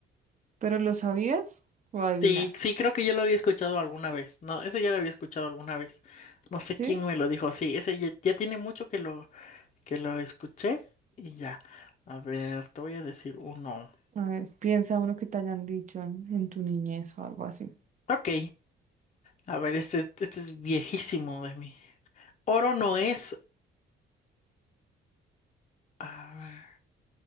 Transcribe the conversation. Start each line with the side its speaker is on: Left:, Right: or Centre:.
Right: ¿Pero lo sabías o adivinaste?
Left: Sí, sí, creo que yo lo había escuchado alguna vez. No, ese ya lo había escuchado alguna vez. No sé quién
Right: ¿Sí?
Left: me lo dijo. Sí, ese ya, ya tiene mucho que lo, que lo escuché y ya. A ver, te voy a decir uno.
Right: A ver, piensa uno que te hayan dicho en en tu niñez o algo así.
Left: Ok, a ver, este, este es viejísimo de mí. Oro no es, a ver,